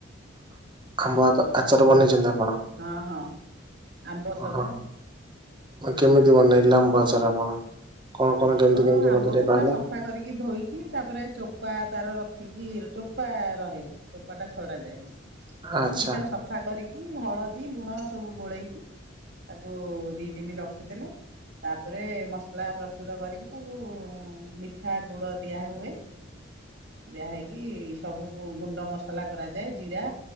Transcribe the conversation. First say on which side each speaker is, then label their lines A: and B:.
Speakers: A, on the right; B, on the right.
A: ଆମ୍ବ ଆଚର ବନେଇଛନ୍ତି ଆପଣ?
B: ହଁ ହଁ ଆମ୍ବ
A: ଓହୋ
B: ସରା
A: କେମିତି ବନେଇଲେ ଆଚାର ଆପଣ କଣ
B: ଆମ୍ବ
A: କଣ କେମିତି କେମିତି
B: ଆମ୍ବକୁ
A: ମତେ ଟିକେ
B: ପୁରା
A: କହିଲେ?
B: ସଫା କରିକି ଧୋଇକି ତାପରେ ଚୋପା ତାର ରଖିକି ଚୋପା ରହେ ଚୋପାଟା ଛଡ଼ାଯାଏ
A: ଆଚ୍ଛା
B: ରଖିକି ତାକୁ ସଫା କରିକି ହଳଦୀ ଲୁଣ ସବୁ ଗୋଳେଇକି ତାକୁ ଦିଇ ଦିନି ରଖିଦେଲେ ତାପରେ ମସଲା ପ୍ରସ ସ୍ତୁତ କରିକି ତାକୁ ମିଠା ଗୁଡ଼ ଦିଆହୁଏ ଦିଆ ହେଇକି ସବୁ ଗୁଣ୍ଡ ମସଲା କରାଯାଏ ଜିରା